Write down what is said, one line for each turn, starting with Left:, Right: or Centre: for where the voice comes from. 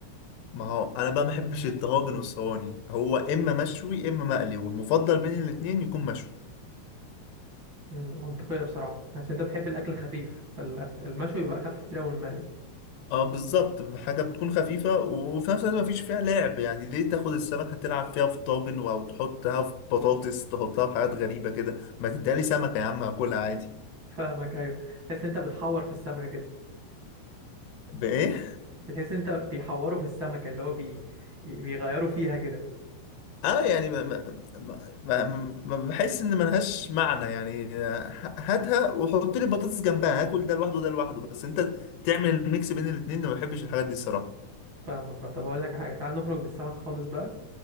Left: ما هو انا بقى ما بحبش الطواجن والصواني هو اما مشوي اما مقلي والمفضل بين الاتنين يكون مشوي
Right: مم، منطقية بصراحة عشان أنت بتحب الأكل الخفيف فالمشوي بيبقى أخف كتير أوي من المقلي
Left: اه بالظبط حاجه بتكون خفيفه وفي نفس الوقت ما فيش فيها لعب يعني ليه تاخد السمكه تلعب فيها في طاجن و- او تحطها في بطاطس تحطها في حاجات غريبه كده ما تديها لي سمكه يا عم هاكلها عادي
Right: فاهمك ايوه تحس انت بتحور في السمكه كده
Left: بايه
Right: بتحس انت بيحوروا في السمكه اللي هو بي... بيغيروا فيها كده
Left: اه يعني ما ما ما, ما ما بحس ان ملهاش معنى يعني آه، هاتها وحط لي بطاطس جنبها هاكل ده لوحده وده لوحده بس انت تعمل الميكس بين الاتنين ما بحبش الحاجات دي الصراحه
Right: فاهمك اه طب هقول لك حاجه تعال نخرج من السمك خالص بقى